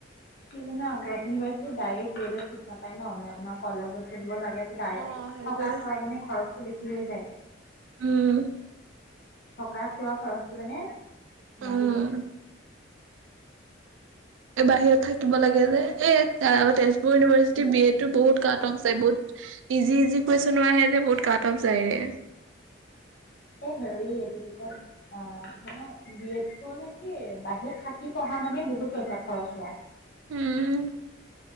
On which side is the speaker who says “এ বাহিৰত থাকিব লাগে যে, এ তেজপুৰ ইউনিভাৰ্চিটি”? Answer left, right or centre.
Right